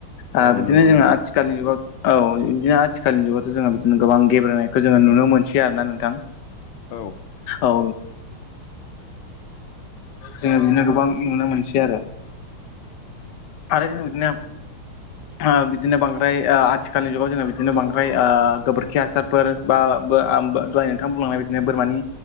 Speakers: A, on the left; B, on the left.
A: आ
B: औ
A: बिदिनो
B: नंगौ
A: जोङो
B: नंगौ
A: आथिखालनि जुगाव औ बिदिनो आथिखालनि जुगावथ' जोङो बिदिनो गोबां गेब्रेनायखौ जोङो नुनो मोनसै आरो ना नोंथां।
B: औ
A: औ जोङो बिदिनो गोबां नुनो मोनसै आरो। आरो जों बिदिनो ओ बिदिनो बांद्राय ओ आथिखालनि जुगाव जोङो बिदिनो बांद्राय ओ गोबोरखि हासारफोर बा दहाय नोंथां बुंलांनाय बिदिनो बोरमानि